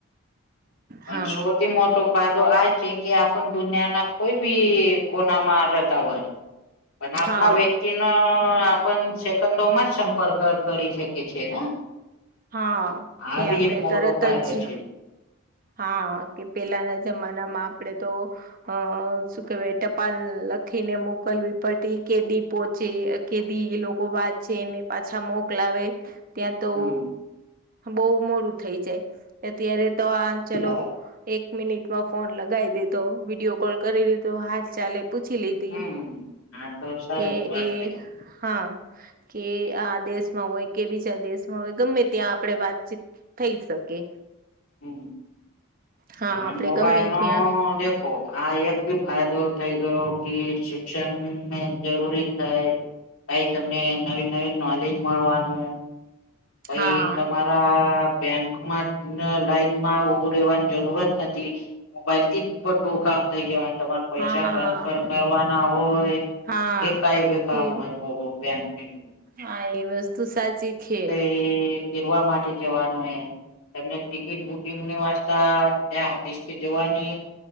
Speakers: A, on the left; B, on the right.
A: પાંસો
B: હા
A: થી મોટો ફાયદો આ છે કે આપણ દુનિયાના કોઈ બી કોનામાં રહેતા હોય. પણ આપના
B: હા
A: વ્યક્તિ ન આપણ સેકંદોમાં જ સંપર્ક કરી શકી છે ને.
B: હા
A: આ
B: કે
A: બી
B: આપણે
A: એક મોટો
B: તરત
A: ફાયદો
B: જ
A: છે.
B: હા કે પેલાના જમાનામાં આપણેે તો અ શું કેવાય ટપાલ લખીને મોકલવી પ્ટી કે દીપ પોહચે કેદી એ લોકો વાંચ છે એને પાછા મોકલાવે. ત્યાં તો
A: હમ
B: બહુ મોડું થઈ જાય અત્યારે તો આ ચલો
A: બરાબર
B: એક મિનિટમાં ફોન લગાવી દીધો વિડીિયો કોલ કરી દીધો હાથ ચાલે પૂછી લીધી
A: હમ હા તો સરસ
B: કે
A: વાત
B: એ
A: થઈ
B: હા કે આ દેશમાં હોય કે બીજા દેશમાં હોય ગમે ત્યાં આપણે વાતચીત થઈ શકે.
A: હ
B: હા
A: ભન
B: આપડે
A: મ મોબાઈલનો
B: ગમે ત્યાં
A: દે ઓ આ એક બી ફાયદો થઈ ગયો કે, શિક્ષણને જરૂરી થાય. કઈ તમને નવી નવી નોલેજ મળવાનું, કઈ
B: હા
A: તમા બેંકમાં લાઈનમાં ઉભું રેવાની જરૂરત નથી. મોબાઈલ થી જ બટું કામ થઈ જવા તમાર પૈસા
B: હા
A: ટ્રાન્સફર કરવાના હોય
B: હા
A: કે કઈ ભ કામ
B: એ
A: હોય મોંક-' હી
B: હા એ વસ્તુ સાચી છે.
A: એ ફેરવા માટે જવાનું એ તને ટિકિટ બુકિંગની વાસ્તા ત્યાં ઓફિસથી જવાની